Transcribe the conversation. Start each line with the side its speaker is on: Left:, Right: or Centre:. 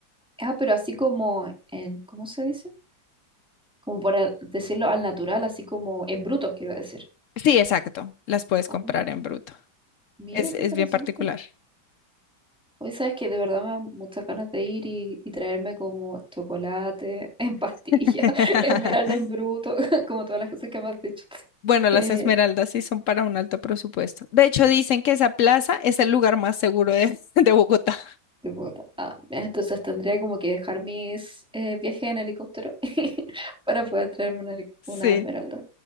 Centre: Ah, pero así como en, ¿cómo se dice? Como por decirlo al natural, así como en bruto, quiero decir.
Left: Sí, exacto, las puedes
Centre: Ah,
Left: comprar en bruto.
Centre: mira,
Left: Es,
Centre: qué
Left: es
Centre: interesante.
Left: bien particular.
Centre: Hoy sabes que de verdad me dan muchas ganas de ir y, y traerme como chocolate en pastilla,
Left: <laughs>
Centre: <laughs> esmeralda en bruto, <laughs> como todas las cosas que me has dicho.
Left: Bueno, las
Centre: Eh,
Left: esmeraldas sí son para un alto presupuesto. De hecho, dicen que esa plaza es el lugar más seguro de, <laughs> de Bogotá.
Centre: de Bogotá. Ah, mira, entonces tendría como que dejar mis eh, viajes en helicóptero <laughs> para poder traerme una, heli-
Left: Sí,
Centre: una esmeralda.